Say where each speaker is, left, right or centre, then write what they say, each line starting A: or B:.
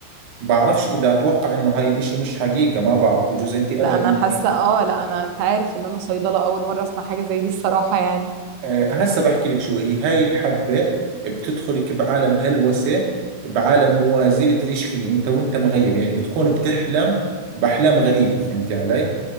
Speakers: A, on the right; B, on the right.
A: بعرفش إذا أتوقع إنه هاي الإشي مش حقيقة ما بعرف بجوز أنت أدرى
B: لا انا
A: مني
B: حاسة اه لا انا انت عارف ان انا صيدلة اول مرة اسمع حاجة زي دي الصراحة يعني
A: أه هسا بحكي لك شو هي هاي الحبة بتدخلك بعالم هلوسة بعالم موازي بتعيش فيه أنت وأنت مغيب يعني بتكون بتحلم بأحلام غريبة فهمتي علي